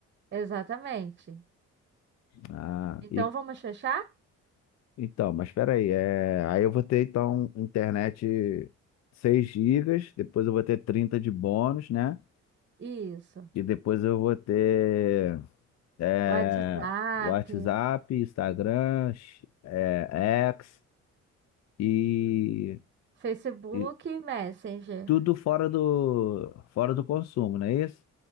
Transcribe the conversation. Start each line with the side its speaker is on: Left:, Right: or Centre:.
Right: Exatamente.
Left: Ah,
Right: Então
Left: e,
Right: vamos fechar?
Left: então, mas peraí. É, aí eu vou ter, então, internet 6 gigas. Depois eu vou ter 30 de bônus, né?
Right: Isso.
Left: E depois eu vou ter. É,
Right: WhatsApp,
Left: WhatsApp, Instagram, é, X e,
Right: Facebook,
Left: e
Right: e Messenger.
Left: tudo fora do, fora do consumo, não é isso?